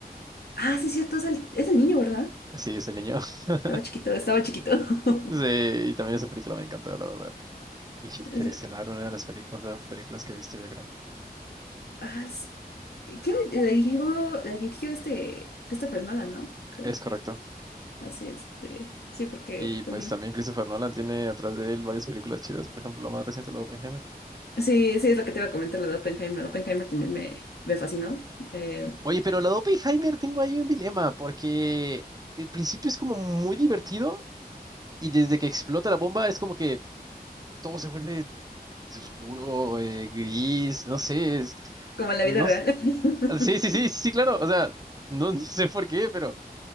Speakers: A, on the left; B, on the right.
A: Ah, sí, es cierto, es el, es el niño, ¿verdad?
B: Sí, ese niño. <laughs>
A: Estaba chiquito, estaba chiquito. <laughs>
B: Sí, y también esa película me encantó, la verdad. <laughs> Y
A: Es-
B: Interestelar, una de las películas, películas que he visto, yo creo.
A: Ah, sí. ¿Quién le le dirigió, la dirigió este Christopher Nolan, ¿no? Creo.
B: Es correcto.
A: Así, este. Sí, porque
B: Y pues
A: también.
B: también Christopher Nolan tiene atrás de él varias películas chidas, por ejemplo, la más reciente, la de Oppenheimer.
A: Sí, sí, es lo que te iba a comentar, lo de Oppenheimer. Oppenheimer también me, me fascinó. eh,
B: Oye, pero la de Oppenheimer tengo ahí un dilema, porque el principio es como muy divertido y desde que explota la bomba es como que todo se vuelve oscuro, eh, gris, no sé, es...
A: como en la
B: No,
A: vida real. <laughs>
B: Sí, sí, sí, sí, sí, claro. O sea, no no sé por qué, pero